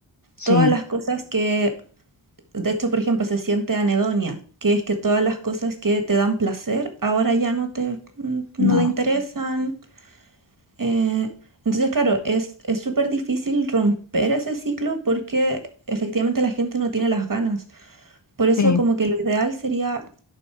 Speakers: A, on the left; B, on the right.
A: Sí,
B: Todas las cosas que, de hecho, por ejemplo, se siente anedonia, que es que todas las cosas que te dan placer ahora ya no te, mm, no
A: no,
B: te interesan Eh, entonces, claro, es es súper difícil romper ese ciclo porque efectivamente la gente no tiene las ganas. Por eso
A: sí.
B: como que lo ideal sería